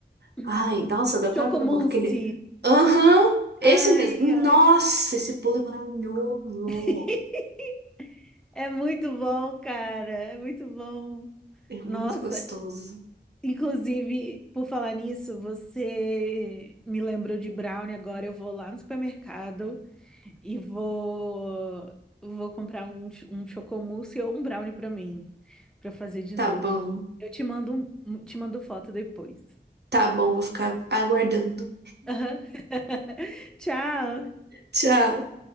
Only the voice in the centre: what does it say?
<clears throat>
Chocomousse.
Ai,
ótimo.
<laughs> É muito bom, cara. É muito bom.
Nossa,
inclusive, por falar nisso, você me lembrou de brownie agora. Eu vou lá no supermercado E vou vou comprar um, ch- um chocomousse ou um brownie pra mim, pra fazer de
noite.
Eu te mando um- te mando foto depois.
Aham. <laughs> Tchau.